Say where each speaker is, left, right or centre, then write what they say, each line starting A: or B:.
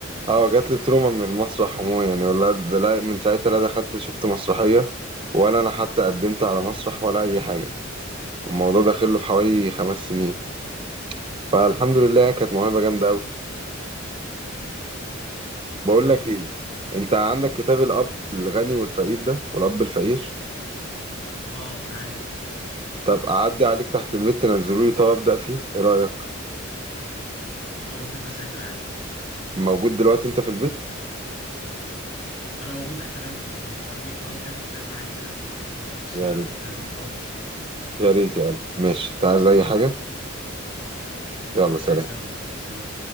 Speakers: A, on the right; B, on the left.
A: اه جات لي تروما من المسرح عموما يعني ولا ده لا من ساعتها لا دخلت شفت مسرحية ولا انا حتى قدمت على مسرح ولا اي حاجة الموضوع داخل له في حوالي خمس سنين
B: مم.
A: فالحمد لله كانت موهبة جامدة اوي بقول
B: اه
A: لك ايه انت عندك كتاب
B: دول.
A: الاب الغني والفقير ده والاب الفقير
B: اه معايا الكتاب
A: طب اعدي عليك تحت البيت تنزله لي طب ابدا فيه ايه رأيك
B: اه مفيش مشاكل عادي
A: موجود دلوقتي انت في البيت
B: انا موجود حاليا في البيت وهديك كمان كام كتاب معايا كده كويس انت تس-
A: يا ريت
B: تقراهم
A: يا ريت يا قلبي ماشي انت عايز اي حاجة يلا سلام
B: هاي سلامتك سلام